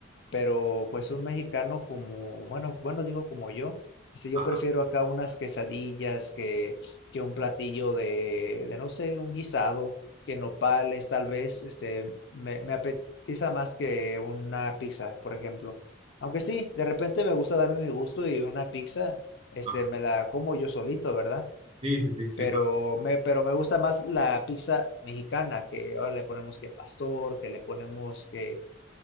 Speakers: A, on the left; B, on the right.
A: pero pues un mexicano como, bueno, bueno, digo como yo, este, yo
B: Ajá,
A: prefiero acá unas quesadillas que, que un platillo de, de, no sé, un guisado, que nopales tal vez, este, me, me apetiza más que una pizza, por ejemplo. Aunque sí, de repente me gusta darme mi gusto y una pizza, este,
B: ajá.
A: me la como yo solito, ¿verdad?
B: Sí, sí, sí, sí
A: Pero
B: pasa.
A: me, pero me gusta más la pizza mexicana, que ahora le ponemos que pastor, que le ponemos que